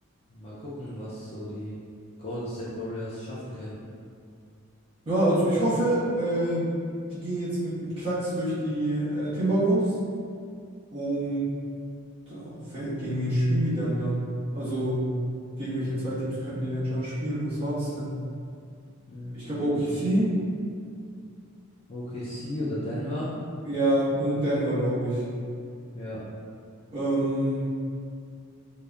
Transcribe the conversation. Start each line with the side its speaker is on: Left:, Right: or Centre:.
Left: mal gucken, was so die Golden State Warriors schaffen können.
Right: ja, also ich hoffe, äh, die gehen jetzt mit einem Klacks durch die äh, Timberwolves. Und oh, wer, gegen wen spielen die denn dann? Also, gegen welche zwei Teams könnten die denn schon spielen? Was war das denn?
Left: Mm,
Right: Ich glaube, OKC,
Left: ich- OKC oder Denver?
Right: ja, und Denver, glaube ich.
Left: Ja.
Right: Ähm,